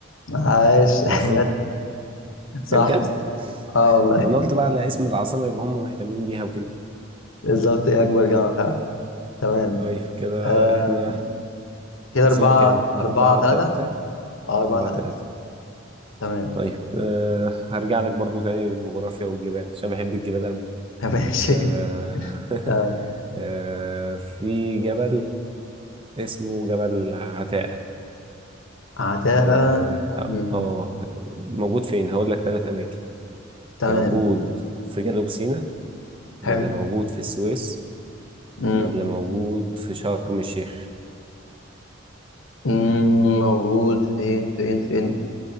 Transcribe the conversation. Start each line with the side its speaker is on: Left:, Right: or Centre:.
Left: عاش
Right: المفروض
Left: <laughs> جت صح
Right: آه، بجد
Left: صح اه والله
Right: ما انا قلت بقى على اسم العاصمة يبقى هم مهتمين بيها وكده
Left: بالظبط هي اكبر جامعة فعلا تمام
Right: طيب كده
Left: آم،
Right: احنا
Left: كده
Right: وصلنا
Left: أربعة
Right: كام؟ أربعة
Left: أربعة تلاتة
Right: تلاتة
Left: اه أربعة
Right: أربعة
Left: تلاتة
Right: تلاتة
Left: تمام
Right: طيب أه هرجع لك برضو تاني للجغرافيا والجبال عشان بحب الجبال أوي
Left: <laughs> ماشي
Right: أه <laughs>
Left: آه،
Right: أه في جبل اسمه جبل عتاقة
Left: عداء
Right: اه ه-
Left: مم،
Right: آه، موجود فين؟ هقول لك تلات أماكن
Left: تمام
Right: موجود في جنوب سيناء ولا
Left: حلو
Right: موجود في السويس
Left: مم،
Right: ولا موجود في شرم الشيخ
Left: مم، موجود فين فين فين